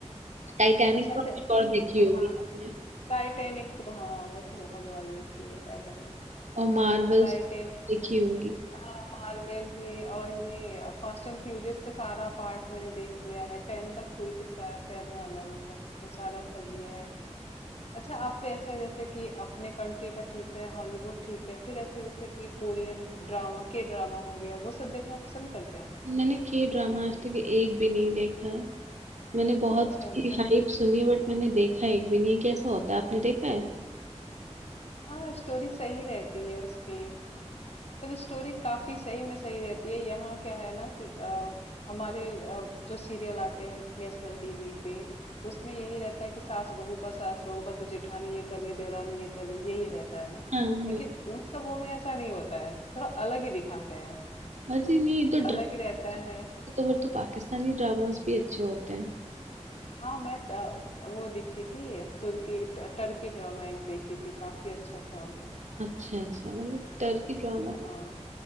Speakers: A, on the right; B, on the left.
A: टाइटैनिक
B: अच्छा
A: तो आपने
B: ज- ठीक
A: और देखी होगी
B: हाँ
A: आपने
B: टाइटैनिक तो हाँ वो तो बहुत बार देखी है टाइटैनिक
A: और मार्वल्स
B: टाइटैनिक
A: देखी होंगी
B: हाँ, मार्वेल भी और ये फास्ट एंड फ्यूरियस का सारा पार्ट मैंने देख लिया है टेन तक हुई थी शायद टेन या 11 तक वो सारा कर लिया है अच्छा आप ऐसे जैसे कि अपने कंट्री का ठीक है हॉलीवुड ठीक है फिर ऐसे जैसे कि कोरियन ड्रामा के ड्रामा हो गया वो सब देखना पसंद करते हैं
A: मैंने के ड्रामा आज तक एक भी नहीं देखा है मैंने बहुत
B: अच्छा अच्छा
A: ही हाइप सुनी है बट मैंने देखा एक भी नहीं कैसा होता है आपने देखा है
B: हाँ स्टोरी सही रहती है उसकी मतलब स्टोरी काफी सही में सही रहती है यहाँ क्या है ना कि अ, हमारे अ, जो सीरियल आते हैं नेशनल टीवी पे तो उसमें यही रहता है कि सास बहू का सास बहू का तो जेठानी ये कर रही है देवरानी ये कर रही है यही रहता है ना
A: हाँ हाँ।
B: लेकिन उन सबों में ऐसा नहीं होता है थोड़ा अलग ही दिखाते हैं
A: अरे नहीं तो
B: अलग
A: ड्रामा
B: ही रहता है
A: तो फिर तो पाकिस्तानी ड्रामास भी अच्छे होते हैं
B: हाँ मैं त- वो देखी थी तुर्की ट- टर्की ड्रामा एक देखी थी काफी अच्छा था वो
A: अच्छा अच्छा मैंने टर्की ड्रामा
B: हाँ